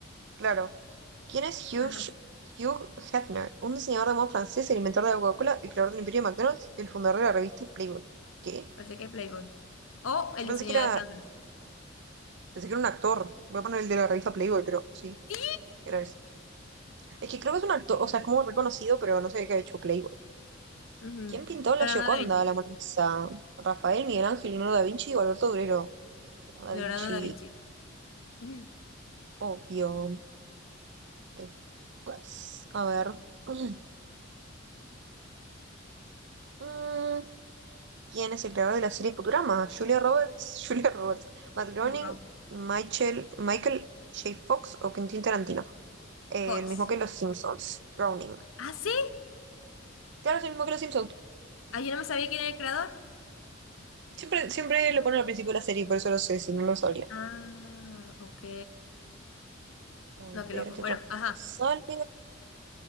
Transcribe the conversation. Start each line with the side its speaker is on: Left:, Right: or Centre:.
Right: Claro. ¿Quién es Hugh,
Left: Ajá,
Right: Hugh Hefner? Un diseñador de moda francés, el inventor de la Coca-Cola, el creador del Imperio de McDonald's, el fundador de la revista Playboy. ¿Qué?
Left: parece que es Playboy. O
Right: Yo
Left: el
Right: pensé
Left: diseño
Right: que era,
Left: de Flanders.
Right: pensé que era un actor. Voy a poner el de la revista Playboy, pero sí,
Left: Sí.
Right: era ese. Es que creo que es un actor, o sea, es como reconocido, pero no sé qué ha hecho Playboy.
Left: Ujú.
Right: ¿Quién pintó la
Left: Leonardo
Right: Gioconda,
Left: da Vinci.
Right: la Mona Lisa? Rafael, Miguel Ángel, Leonardo da Vinci o Alberto Durero. Da
Left: Leonardo
Right: Vinci,
Left: da Vinci. <laughs> Ujú.
Right: obvio. Después, a ver. <clears throat> Mm, ¿Quién es el creador de la serie Futurama? Julia Roberts, <laughs> Julia Roberts, Matt Groening,
Left: Wow.
Right: Michael, Michael J. Fox o Quentin Tarantino. Eh,
Left: Potts.
Right: el mismo que los Simpsons, Groening.
Left: ¿Ah, sí?
Right: Claro, es el mismo que los Simpsons.
Left: Ah, yo no me sabía quién era el creador.
Right: Siempre, siempre lo ponen al principio de la serie, por eso lo sé, si no lo sabría.
Left: Ah, ok.
Right: A
Left: No, qué
Right: ver,
Left: loco.
Right: ¿qué
Left: Bueno,
Right: otra pregunta
Left: ajá.
Right: sale?